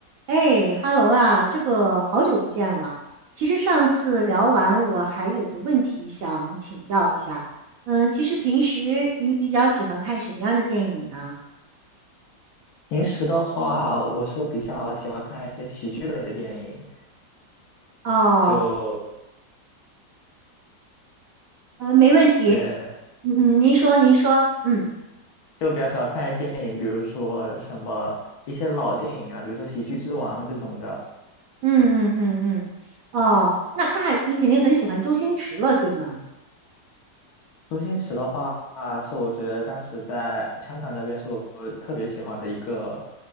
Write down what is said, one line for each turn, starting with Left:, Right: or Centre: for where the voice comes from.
Right: 哎哈喽啊，这个好久不见了。其实上次聊完，我还有个问题想请教一下。嗯，其实平时你比较喜欢看什么样的电影呢？
Left: 平时的话，我是比较喜欢看一些喜剧类的电影，
Right: 哦，
Left: 就
Right: 呃，没问题。
Left: 呃
Right: 嗯嗯，您说，您说，嗯
Left: 就比较喜欢看电影，比如说什么一些老电影啊，比如说《喜剧之王》这种的。
Right: 嗯嗯嗯嗯，哦，那那你肯定很喜欢周星驰了，对吗？
Left: 周星驰的话，是我觉得当时在香港那边是我特别喜欢的一个